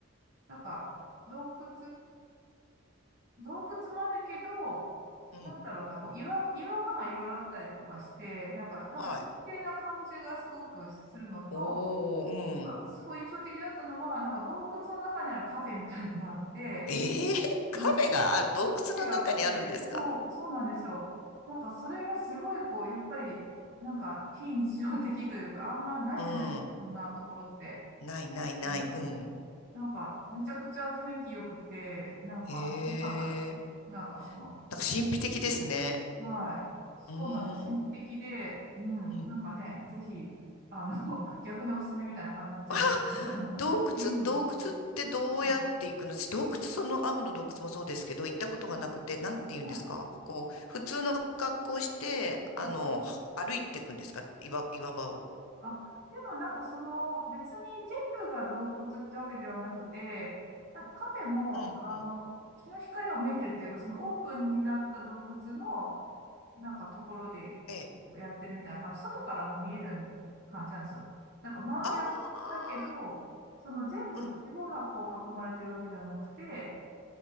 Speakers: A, on the right (about 50°); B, on the left (about 80°).
A: なんか、洞窟、洞窟もあるけど、
B: うん、
A: なんだろうな、こう岩、岩場がいろいろあったりとかして、なんか、なんか神聖な感じがすごくするのと、
B: はい。おー、
A: なんか、
B: うん。
A: すごい印象的だったのは、なんか洞窟の中にあるカフェみたいのがあって、
B: ええ <laughs>
A: <laughs>
B: カフェがある、洞窟の中にあるんですか
A: 手があって、そう、そうなんですよ。なんかそれがすごいこう、やっぱり、なんか非日常的というか、あんまないじゃないですか、
B: うん。
A: そんなところって。
B: ないないない。
A: うん
B: うん。
A: なんか、めちゃくちゃ雰囲気良くて、なんか、
B: へ
A: 良かったですよ。
B: え。
A: なんかその、
B: なんか神秘的ですね。
A: はい。そうなんです。
B: うーん。
A: 神秘的で、うん、
B: うん。
A: なんかね、ぜひ、あの、<laughs> 逆におすすめみたいな感じになっちゃいましたけど、
B: あ、
A: あの、
B: 洞窟、
A: 次に、
B: 洞窟ってどうやって行くの私、
A: はい、
B: 洞窟、その青の洞窟もそうですけど、行ったことがなくて、
A: はい、
B: なんて言うんですかこう、
A: はい、
B: 普通の格好をして、
A: はい。
B: あの、歩いていくんですか岩、岩場を。
A: あ、でもなんかその、別に全部が洞窟ってわけではなくて、なんかカフェも、
B: うん、
A: あの、
B: うん。
A: 日の光を見えてるっていうか、そのオープンになった洞窟の、なんかところで
B: ええ。
A: やってるみたいな感じ、外からも見える感じなんですよ。なんか周りは洞窟だけど、
B: ああ
A: その全部四方八方囲まれてるわけではなくて、
B: うん。